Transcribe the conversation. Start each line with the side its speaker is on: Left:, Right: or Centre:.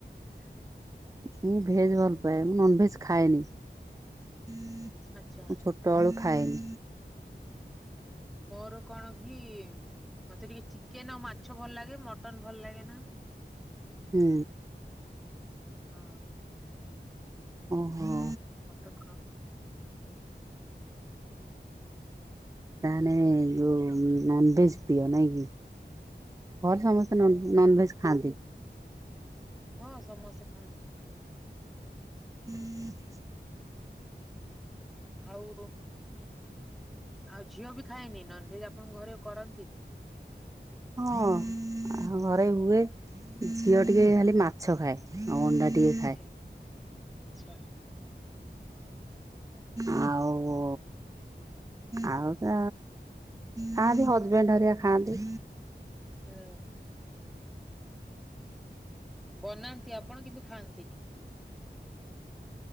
Centre: ହଁ
Right: ମୁଁ ଭେଜ୍ ଭଲ ପାାଏ ମୁଁ ନନଭେଜ ଖାଏନି ମୁଁ
Centre: ଆଚ୍ଛା
Right: ଛୋ ତଳୁ ଖାଇ
Centre: ମୋର କଣ କି ମତେ ଟିକେ ଚିକେନ ଆଉ ମାଛ ଭଲ ଲାଗେ ମଟନ ଭଲ ଲାଗେ ନା।
Right: ହୁଁ।
Centre: ହଁ।
Right: ଓହୋ।
Centre: ମଟନ ଖାଁ ହୁଁ ହୁଁ।
Right: ତାହେଲେ ଯୋଉ ନନଭେଜ୍ ପ୍ରିୟ ନାଇଁ କି? ହଁ ସମସ୍ତେ ନନଭେଜ ଖାଆନ୍ତି।
Centre: ହଁ ସମସ୍ତେ ଖାଆନ୍ତି।
Right: <inaudible>
Centre: ଆଉ ଆଉ ଝିଅ ବି ଖାଏନି ନନଭେଜ ଆପଣଙ୍କ ଘରେ କରନ୍ତିନି।
Right: ହଁ ଘରେ ହୁଏ ଝିଅ ଟିକେ ଖାଲି ମାଛ ଖାଏ ଆଉ ଅଣ୍ଡା ଟିକେ
Centre: ଆଛା
Right: ଖାଏ
Centre: ଆଚ୍ଛା। ହୁଁ।
Right: ଆଉ ଆଉ ତ ଖାଆନ୍ତି ହଜବେଣ୍ଡ ହରିଆ ଖାଆନ୍ତି।
Centre: ହୁଁ। ବନାନ୍ତି ଆପଣ କିନ୍ତୁ ଖାଆନ୍ତିନି।